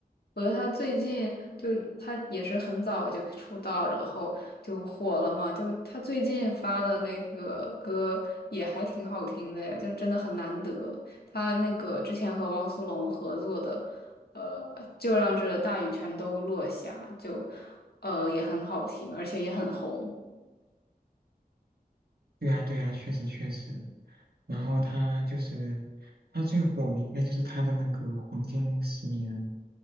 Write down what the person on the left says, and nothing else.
我觉得他最近就他也是很早就出道，然后就火了嘛。就他最近发的那个歌也还挺好听的，就真的很难得。他那个之前和汪苏泷合作的，呃，就让这大雨全都落下，就呃也很好听，而且也很红。